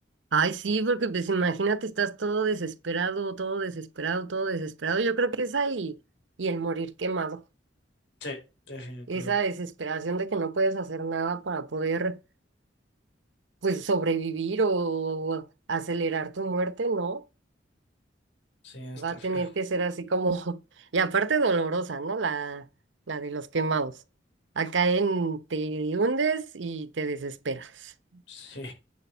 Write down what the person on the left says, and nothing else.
Sí, definitivo.
Sí, está
feo.
Sí,